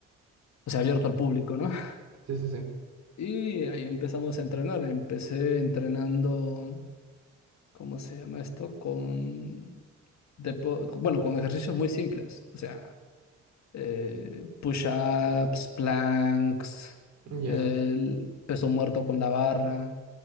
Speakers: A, on the left; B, on the right.
A: o sea, abierto al público, ¿no? <laughs>
B: sí, sí, sí,
A: Y ahí empezamos a entrenar, empecé entrenando. ¿cómo se llama esto? Con, depo- bueno, con ejercicios muy simples. O sea, eh, push-ups, planks,
B: ya,
A: eh, el peso muerto con la barra,